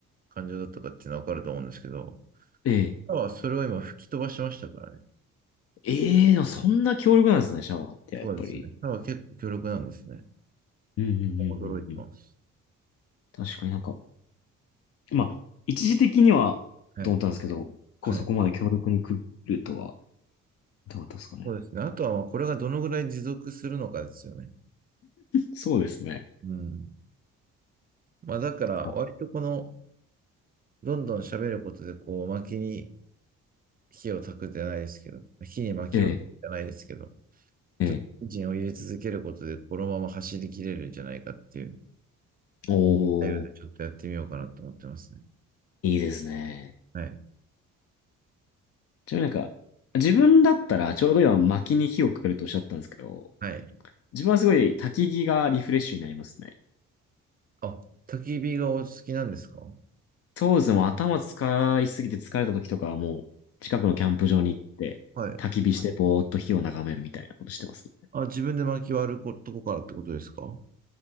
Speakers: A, on the right; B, on the left.
A: 感情だったかっていうのはわかると思うんですけど、
B: ええ。
A: 歯はそれを今吹き飛ばしましたからね。
B: ええ、でもそんな強力なんですね、シャワーって、やっぱり。
A: そうですね。歯は結構強力なんですね。
B: うん、うん、うん、うんうん。
A: 驚いてます。
B: 確かになんか、まあ、一時的にはと思ったんですけど、
A: はい。
B: こうそこまで強力に来るとは、
A: はい。
B: どうだったですかね。
A: そうですね。あとは、まあ、これがどのぐらい持続するのかですよね。
B: そうですね。
A: うん。まあ、だから、
B: はい
A: 割とこの、どんどん喋ることで、こう、巻きに、火を焚くじゃないですけど、火に薪を焚くじゃないですけど、
B: ええ、ええ。
A: ちょっとエンジンを入れ続けることで、このまま走り切れるんじゃないかっていう、
B: おー、
A: 態度でちょっとやってみようかなと思ってますね。
B: いいですね。
A: はい。
B: ちなみになんか、自分だったらちょうど今薪に火をかけるとおっしゃったんですけど、
A: はい。
B: 自分はすごい焚き木がリフレッシュになりますね。
A: あ、焚き火がお好きなんですか
B: 当時も頭使いすぎて疲れた時とかはもう近くのキャンプ場に行って焚き火してぼーっと火を眺めるみたいなことしてますね。
A: はい。あ、自分で薪割ることこからってことですか